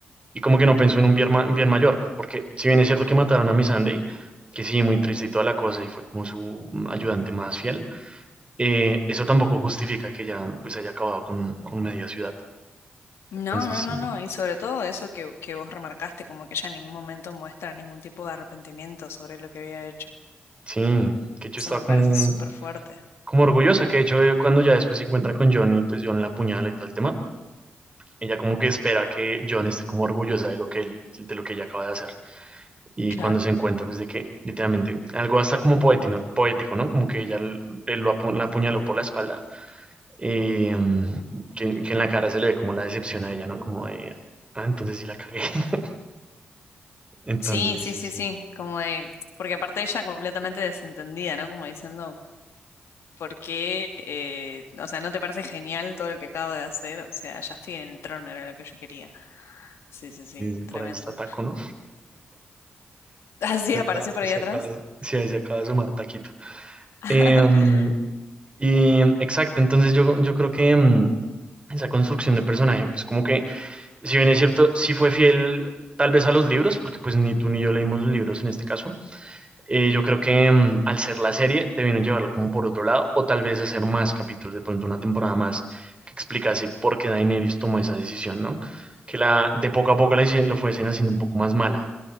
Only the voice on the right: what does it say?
Y como que no pensó en un bien, ma- bien mayor, porque si bien es cierto que mataron a Miss Sunday, que sí, muy triste y toda la cosa, y fue como su ayudante más fiel, eh, eso tampoco justifica que ella pues haya acabado con, con media ciudad.
Entonces,
Sí, que yo
estaba
como,
como orgullosa, que de hecho eh, cuando ya después se encuentran con John y pues John la apuñala y todo el tema, ella como que espera que John esté como orgullosa de lo que él- de lo que ella acaba de hacer. Y
cuando se encuentra pues de que literalmente algo hasta como poético, poético, ¿no? Como que ella l- él lo apu- la apuñaló por la espalda, eh, mm, que, que en la cara se le ve como la decepción a ella, ¿no? Como de, ah, entonces sí la cagué. <laughs> Entonces,
sí,
sí,
sí, sí, por
ahí está Taco, ¿no?
Se
acaba,
se
acaba, sí, ahí se acaba de sumar Taquito.
Em, Y mm, exacto, entonces yo, yo creo que mm, esa construcción de personaje, pues como que, si bien es cierto, sí fue fiel tal vez a los libros, porque pues ni tú ni yo leímos los libros en este caso, eh, yo creo que mm, al ser la serie debieron llevarlo como por otro lado, o tal vez hacer más capítulos, de pronto una temporada más que explicase por qué Daenerys tomó esa decisión, ¿no? Que la, de poco a poco la, hici- lo fuesen haciendo un poco más mala